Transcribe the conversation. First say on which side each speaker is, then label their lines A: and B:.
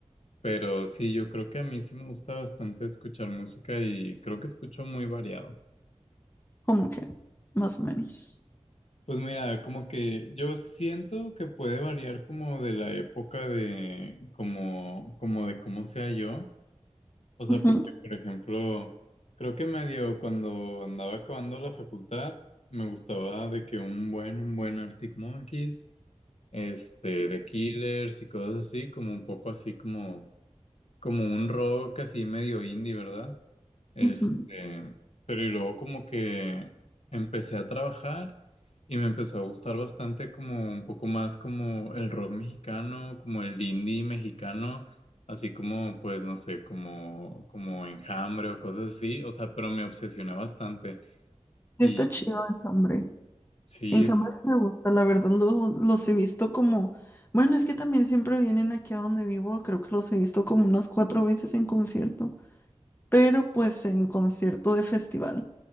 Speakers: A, on the left (about 65°); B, on the left (about 20°).
A: pero sí, yo creo que a mí sí me gusta bastante escuchar música y creo que escucho muy variado.
B: como que, más o menos.
A: Pues mira, como que yo siento que puede variar como de la época de como, como de cómo sea yo. O sea,
B: Ujú,
A: porque, por ejemplo, creo que medio cuando andaba acabando la facultad, me gustaba de que un buen, un buen Arctic Monkeys, este, The Killers y cosas así, como un poco así como como un rock así medio indie, ¿verdad? Este,
B: ujú.
A: pero y luego como que empecé a trabajar y me empezó a gustar bastante como un poco más como el rock mexicano, como el indie mexicano, así como pues no sé, como como Enjambre o cosas así, o sea, pero me obsesioné bastante
B: Sí
A: y
B: está chido Enjambre.
A: sí,
B: Enjambre
A: es-
B: sí me gusta, la verdad lo- los he visto como, bueno, es que también siempre vienen aquí a donde vivo, creo que los he visto como unas cuatro veces en concierto, pero pues en concierto de festival.